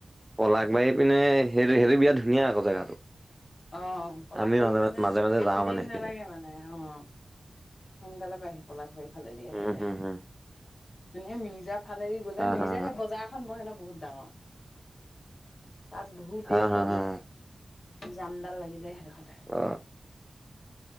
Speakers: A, in the centre; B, on the left (about 65°).
A: পলাশবাড়ীপিনে সেইটো, সেইটো বিয়াত ধুনীয়া আক জেগাটো।
B: অঁ পলাশবাড়ী
A: আমি মাজে
B: মানে,
A: মাজে
B: মানে
A: মাজে
B: বেছি
A: যাওঁ
B: টাইম
A: মানে সেইপিনে
B: নালাগে মানে, অঁ সোনকালে পায়হি পলাশবাড়ী ফালেদি আহিলে।
A: উম হম হম
B: এনে মিৰ্জা ফালেদি গ'লে,
A: হা
B: মিৰ্জা
A: হা
B: সেই বজাৰখন বহে ন'? বহুত ডাঙৰ, তাত বহুত
A: হা
B: দেৰি খাই
A: হা
B: দিয়ে।
A: হা
B: জামডাল লাগি যায় সেইডখতে।
A: অ